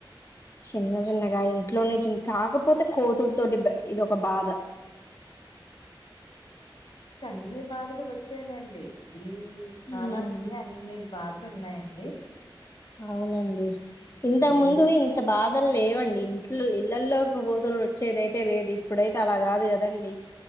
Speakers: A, on the left; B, on the left.
A: చిన్న చిన్నగా ఇంట్లోనే చి కాకపోతే కోతుల తోటి ఇదిొక బాధ
B: <inaudible> ఇంకా అన్ని బాధలు వచ్చేనండి ఈ కాలానికి
A: ఉమ్
B: అన్ని బాధలు ఉన్నాయండి
A: అవునండి ఇంతకు
B: ఏది
A: ముందు ఇంత బాగా అసలు లేవండి ఇంట్లో ఇళ్లల్లోకి కోతులు వచ్చేదయితే లేదు ఇప్పుడైతే అలా కాదు కదండి